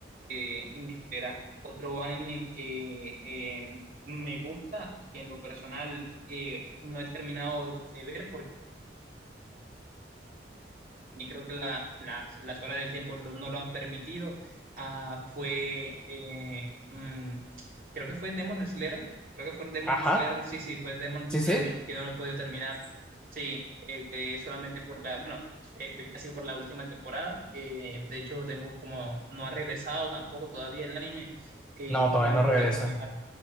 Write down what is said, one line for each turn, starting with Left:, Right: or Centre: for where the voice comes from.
Right: eh, en espera otro anime que eh, me gusta y que en lo personal eh, no he terminado de ver porque creo que la, la- las horas del tiempo lo- no lo han permitido. Ah, fue, eh, mm, creo que fue Demon Slayer, creo que fue Demon
Centre: ajá.
Right: Slayer, sí, sí, fue Demon
Centre: Sí,
Right: Slayer
Centre: sí.
Right: que no lo he podido terminar. Sí, eh, que solamente por la, bueno, estoy casi por la última temporada. eh, de hecho, tengo como, no ha regresado tampoco todavía el anime, eh,
Centre: No, todavía
Right: no
Centre: no
Right: lo he
Centre: regresa.
Right: podido continuar.